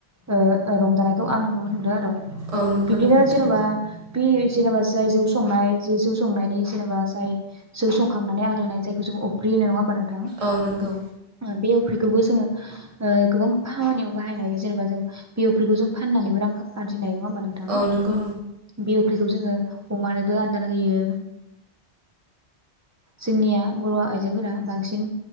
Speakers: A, on the right; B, on the right.
A: ओ रंजानायखौ आं नुनो मोनहरदों आरो
B: औ नंगौ
A: बिदिनो
B: नोंथां
A: जेन'बा बे जेनेबा जाय जौ संनाय जे जौ संनायनि जेनेबा जाय जौ संखांनानै आग्लायनाय जायखौ जों अफ्रि होनो नङा होनबा नों
B: औ नंगौ
A: बे एवफ्रिखौबो जोङो गोबां खामानियाव बाहायनाय जेनेबा जों बे एवफ्रिखौ जों फाननानैबो रां आरजिनाय नङा हनबा नोंथां
B: औ नंगौ
A: जोङो अमानो आदार होयो जोंनिया बर' आइजोफोरा बांसिन